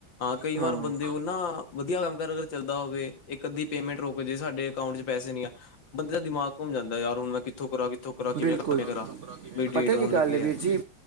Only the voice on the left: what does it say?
ਕਈ
ਵਾਰ ਬੰਦੇ ਕੋਲ ਨਾ ਵਧੀਆ ਕੰਮ- ਕਾਰ ਅਗਰ ਚੱਲਦਾ ਹੋਵੇ ਇੱਕ ਅੱਧੀ ਪੇਮੈਂਟ ਰੁਕ ਜੇ ਸਾਡੇ ਅਕਾਊਂਟ ਚੇ ਪੈਸੇ ਨੀ ਆਏ ਬੰਦੇ ਦਾ ਦਿਮਾਗ ਘੁੰਮ ਜਾਂਦਾ ਯਾਰ ਹੁਣ ਮੈਂ ਕਿੱਥੋਂ ਕਰਾਂ ਕਿੱਥੋਂ ਕਰਾਂ ਕਿਵੇ
ਕਰਾਂ ਬ ਡੇਟ
ਹੋਣ
ਲੱਗੀ
ਐ